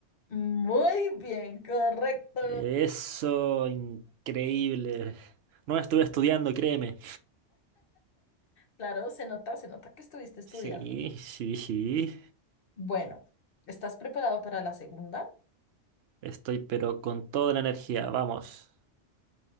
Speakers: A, on the left; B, on the right.
A: Muy bien, correcto.
B: Eso, increíble. No estuve estudiando, créeme.
A: Claro, se nota, se nota que estuviste estudiando.
B: Sí, sí, sí.
A: Bueno, ¿estás preparado para la segunda?
B: Estoy pero con toda la energía, vamos.